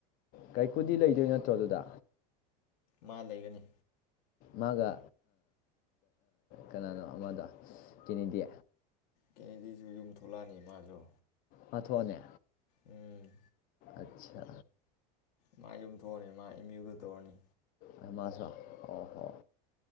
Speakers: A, on the left; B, on the left.
A: ꯀꯥꯏꯀꯨꯗꯤ ꯂꯩꯗꯣꯏ ꯅꯠꯇ꯭ꯔꯣ ꯑꯗꯨꯗ
B: ꯃꯥ ꯂꯩꯒꯅꯤ
A: ꯃꯥꯒ ꯀꯅꯥꯅꯣ ꯑꯃꯗꯣ ꯀꯤꯅꯤꯗꯤ
B: ꯀꯦꯒꯤꯁꯨ ꯌꯨꯝ ꯊꯣꯛꯂꯛꯑꯅꯤ ꯃꯥꯁꯨ
A: ꯄꯥꯊꯣꯅꯦ
B: ꯎꯝ
A: ꯑꯆꯥ
B: ꯃꯥ ꯌꯨꯝꯊꯣꯛꯑꯅꯤ ꯃꯥ ꯏꯝꯌꯨꯗꯥ ꯇꯧꯔꯥꯅꯤ
A: ꯑꯩꯃꯥꯁ ꯑꯣ ꯍꯣ